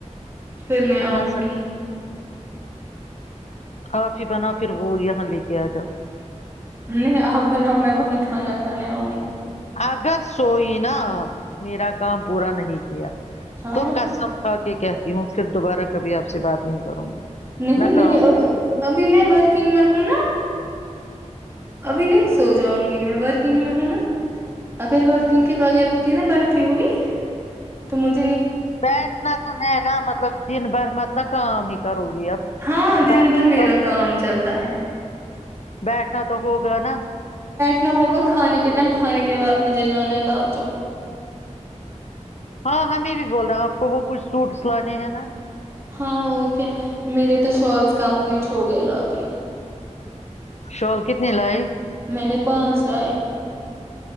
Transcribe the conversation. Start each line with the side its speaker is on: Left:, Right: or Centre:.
Right: پھر میں آؤں
Left: سکتے
Right: گی
Left: <inaudible> پھر بنا پھر وہ یہاں لے کے آجاؤ
Right: نہیں آ بنا میں وہیں کھانا کھانے آؤں گی
Left: اگر سوئی ناپ میرا کام پورا نہیں کیا
Right: ہاں
Left: تو کسم تھاھ کے کہتے <inaudible> ہوں پھر دوبارہ کبھی آپ سے بات نہیں کروں گی
Right: نہیں
Left: نہ کام
Right: نہیں اب ابھی میں ورکنگ میں ہوں نا ابھی نہیں <inaudible> سو جاؤں گی میں ورکنگ میں ہوں نا اگر ورکنگ کے بغیر ہوتی نا بیٹھی ہوئی تو مج <inaudible>
Left: بیٹھنا تو ہے نا مطلب دن بھر مت نہ کام ہی <inaudible> کرو گی اب
Right: ہاں دن
Left: بیٹھنا
Right: بھر میرا
Left: تو
Right: کام چلتا ہے
Left: بیٹھنا تو ہوگا نا <inaudible>
Right: کتنا ہوگا کھانے کے ٹائم کھانے کے بعد مجھے جانا ہے لال چوک <inaudible>
Left: ہاں ہمیں بھی بول رہا ہوں آپ کو وہ کچھ سوٹ سلانے ہیں نا
Right: ہاں اور کیا میرے تو شالس کمپلیٹ ہو گئے لا کے
Left: شال کتنی لائے
Right: میں نے پانچ لائے